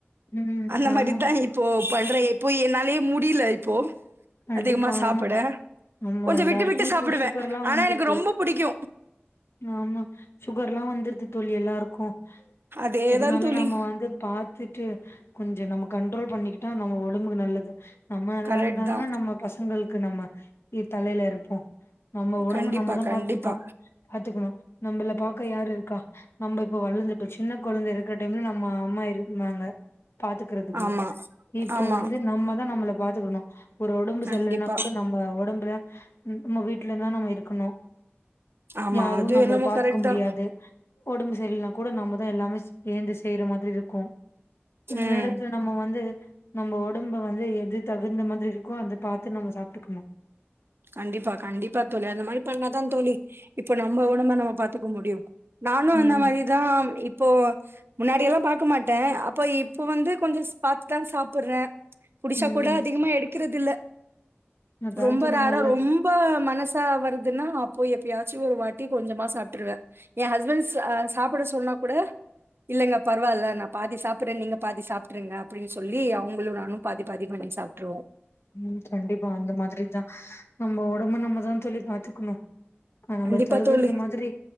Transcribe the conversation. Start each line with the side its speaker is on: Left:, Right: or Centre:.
Left: ம்
Right: அந்த மாரிதா
Left: ஆமா
Right: இப்போ பண்றே எப்போ என்னாலயே முடியல இப்போ
Left: கண்டிப்பா
Right: அதிகமா சாப்பட
Left: ஆமா ஆமா
Right: கொஞ்ச
Left: எல்லாருக்கு
Right: விட்டு விட்டு சாப்டுவே
Left: இப்போ சுகர்லா
Right: ஆனா
Left: வந்துருக்கு
Right: எனக்கு ரொம்ப பிடிக்கு
Left: ஆமா சுகர்ல்லா வந்துருது தோழி எல்லாருக்கு
Right: அதேதா
Left: அதனால
Right: தோழி
Left: நம்ம வந்து பாத் கத்துட்டு கொஞ்ச நம்ம கண்ட்ரோல் பண்ணிக்கிட்டா நம்ம உடம்புக்கு நல்லது நம்ம எல்லா
Right: கரெக்ட் தா
Left: பசங்களுக்கு நம்ம இ தலையில இருப்போ நம்ம ஒடம்ப
Right: கண்டிப்பா
Left: நம்மதா
Right: கண்டிப்பா
Left: பாத்துப்போ பாத்துக்கணு நம்மள பாக்க யாரு இருக்கா நம்ம இப்ப வளர்ந்துட்டோ சின்ன குழந்த இருக்கிற டைம்ல நம்ம அம்மா இரு நாங்க பாத்துக்கறதுக்கு
Right: ஆமா
Left: இப்போ
Right: ஆமா
Left: வந்து நம்மதா நம்மள பாத்துக்கணு ஒரு ஒடம்பு
Right: கண்டிப்பா
Left: செல்ர்லனா கூட நம்ம ஒடம்புல நம்ம வீட்ல தா நம்ம இருக்கணு
Right: ஆமா
Left: யாரு
Right: அது
Left: நம்மள
Right: என்னமோ
Left: பாத்துக்க
Right: கரெக்ட்
Left: முடியாது
Right: தா
Left: ஒடம்பு சரில்லனா கூட நாமதா எல்லாமே சேந்து செய்யற மாதிரி இருக்கு அந்த
Right: ம்
Left: நேரத்ல நம்ம வந்து நம்ம உடம்ப வந்து எது தகுந்த மாதிரி இருக்கோ அத பாத்து நம்ம சாப்ட்டுக்கணு
Right: கண்டிப்பா கண்டிப்பா தோழி அந்த மாரி பண்ணாதா தோழி இப்ப நம்ம உடம்ப நம்ம பாத்துக்க முடியு நானு
Left: ம்
Right: அந்த மாரிதா இப்போ முன்னாடிெல்லா பாக்க மாட்ட அப்போ இப்போ வந்து கொஞ்ச பாத்து தாங்க சாப்டுற புடிசா
Left: ம்
Right: கூட அதிகமா எடுக்குறது இல்ல
Left: அதான்
Right: ரொம்ப
Left: தோழி
Right: ரேர்
Left: நல்லது
Right: ரொம்ப மனசா வருதுன்னா அப்போ எப்பயாச்சும் ஒரு வாட்டி கொஞ்சமா சாப்டுருவே என் ஹஸ்பண்ட் சா சாப்ட சொன்ன கூட இல்லங்க பரவாயில்ல நா பாதி சாப்ட்டுற நீங்க பாதி சாப்ட்ருங்க அப்டின்னு சொல்லி அவங்களு நானு பாதி பாதி பண்ணி சாப்டுருவோ
Left: ம் கண்டிப்பா அந்த மாதிரிதா நம்ம ஓடம்ப நம்மதா தோழி பாத்துக்கணு ஆ நம்ம
Right: கண்டிப்பா
Left: தகுந்த
Right: தோழி
Left: மாதிரி